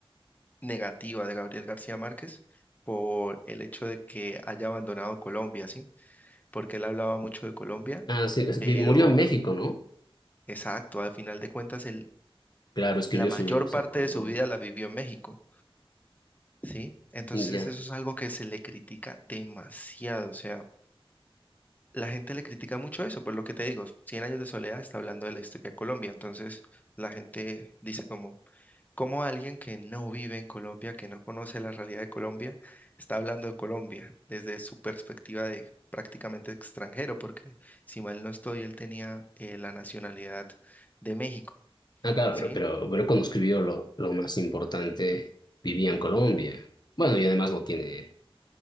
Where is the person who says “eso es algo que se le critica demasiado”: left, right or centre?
Left